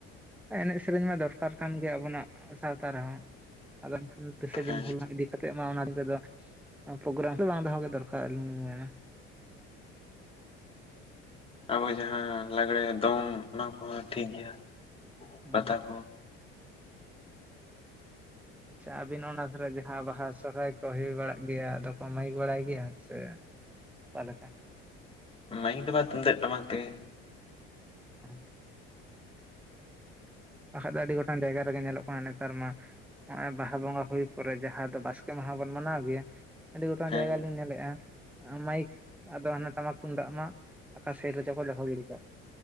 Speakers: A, in the centre; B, on the left.
A: ᱮᱱᱮᱡ ᱥᱮᱨᱮᱧ ᱢᱟ ᱫᱚᱨᱠᱟᱨ ᱠᱟᱱ ᱜᱮᱭᱟ ᱟᱵᱚᱱᱟᱜ ᱥᱟᱶᱛᱟ ᱨᱮᱦᱚᱸ᱾ ᱟᱫᱚ ᱮᱱᱠᱷᱟᱱ ᱛᱨᱤᱥᱥᱮ
B: ᱦᱮᱸ
A: ᱡᱩᱱ ᱦᱩᱞ ᱢᱟᱦᱟ ᱤᱫᱤ ᱠᱟᱛᱮᱫ ᱢᱟ ᱚᱱᱟ ᱧᱤᱫᱟᱹ ᱫᱚ ᱯᱨᱳᱜᱨᱟᱢ ᱫᱚ ᱵᱟᱝ ᱫᱚᱦᱚ ᱜᱮ ᱫᱚᱨᱠᱟᱨ ᱟᱹᱞᱤᱧ ᱞᱤᱧ ᱢᱮᱱᱟ᱾
B: ᱟᱵᱚ ᱡᱟᱦᱟᱸ ᱞᱟᱜᱽᱲᱮ ᱫᱚᱝ ᱚᱱᱟ ᱠᱚᱦᱚᱸ ᱴᱷᱤᱠ ᱜᱮᱭᱟ
A: ᱦᱚᱸ
B: ᱯᱟᱛᱟ ᱠᱚ᱾
A: ᱟᱪᱪᱷᱟ ᱟᱹᱵᱤᱱ ᱚᱱᱟ ᱡᱟᱦᱟᱸ ᱵᱟᱦᱟ ᱥᱚᱦᱨᱟᱭ ᱠᱚ ᱦᱩᱭ ᱵᱟᱲᱟᱜ ᱜᱮᱭᱟ ᱟᱫᱚ ᱠᱚ ᱢᱟᱹᱭᱤᱠ ᱵᱟᱲᱟᱭ ᱜᱮᱭᱟ ᱥᱮ᱾ ᱚᱠᱟ ᱞᱮᱠᱟ?
B: ᱢᱟᱭᱤᱠ ᱫᱚ ᱵᱟᱝ ᱛᱩᱢᱫᱟᱜ ᱴᱟᱢᱟᱠ ᱛᱮᱜᱮ᱾
A: ᱦᱮᱸ ᱵᱟᱦᱟ ᱫᱚ ᱟᱹᱰᱤ ᱜᱚᱴᱟᱝ ᱡᱟᱭᱜᱟ ᱨᱮᱜᱮ ᱧᱮᱞᱚᱜ ᱠᱟᱱᱟ ᱱᱮᱛᱟᱨ ᱢᱟ᱾ ᱱᱚᱜᱚᱭ ᱵᱟᱦᱟ ᱵᱚᱝᱜᱟ ᱦᱩᱭ ᱯᱚᱨᱮ ᱡᱟᱦᱟ ᱫᱚ ᱵᱟᱥᱠᱮ ᱢᱟᱦᱟ ᱵᱚᱱ ᱢᱟᱱᱟᱣ ᱜᱮᱭᱟ᱾ ᱟᱹᱰᱤ ᱜᱚᱴᱟᱝ
B: ᱦᱮᱸ
A: ᱡᱟᱭᱜᱟ ᱧᱮᱞᱮᱜᱼᱟ ᱢᱟᱭᱤᱠ ᱟᱫᱚ ᱦᱟᱱᱮᱴᱟᱢᱟᱠ ᱛᱩᱢᱫᱟᱜ ᱢᱟ ᱚᱠᱟ ᱥᱟᱭᱤᱴ ᱨᱮ ᱪᱚ ᱠᱚ ᱫᱚᱦᱚ ᱜᱤᱰᱤ ᱠᱟᱜ